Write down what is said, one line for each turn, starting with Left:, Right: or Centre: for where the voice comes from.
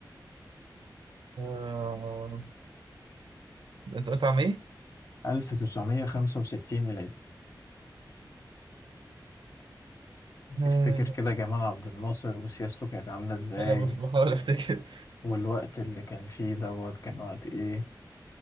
Right: آه... انت قلت عم ايه؟
Left: 1965 ميلادي
Right: آه...
Left: افتكر كده جمال عبد الناصر وسياسته كانت عاملة ازاي
Right: انا بح- بحاول افتكر
Left: والوقت اللي كان فيه دوت كان وقت ايه